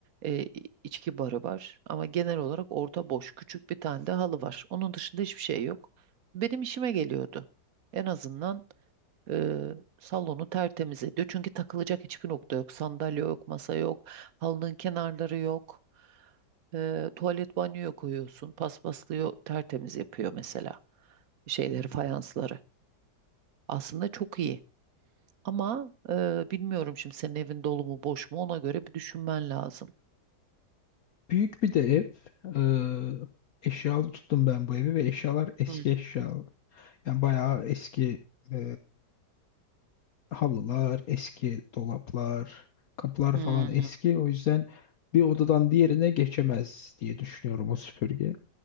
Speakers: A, on the right; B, on the left.
A: e, içki barı var. Ama genel olarak orta boş, küçük bir tane de halı var. Onun dışında hiçbir şey yok. Benim işime geliyordu. En azından e, salonu tertemiz ediyor. Çünkü takılacak hiçbir nokta yok. Sandalye yok, masa yok, halının kenarları yok. Ee, tuvalet banyoya koyuyorsun. Paspaslıyor, tertemiz yapıyor mesela. Şeyleri, fayansları. Aslında çok iyi. Ama e, bilmiyorum şimdi senin evin dolu mu boş mu ona göre bir düşünmen lazım.
B: Büyük bir de ev. Eee eşyalı tuttum ben bu evi ve eşyalar eski
A: Hmm,
B: eşya. Yani bayağı eski e, halılar, eski dolaplar, kapılar
A: hmm,
B: falan eski. O yüzden bir odadan diğerine geçemez diye düşünüyorum o süpürge.